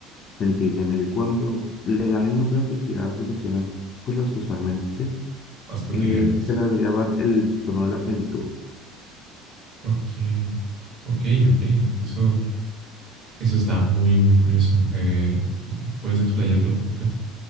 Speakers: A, on the left; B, on the right.
A: Se entiende que cuando le dan el nombre a felicidad a las situaciones por las que usualmente
B: más cotidianas.
A: eh, se le debería dar el tono de la plenitud.
B: Ok, ok, ok. Eso, eso está muy, muy curioso. Eh, puedes explayarte un poquito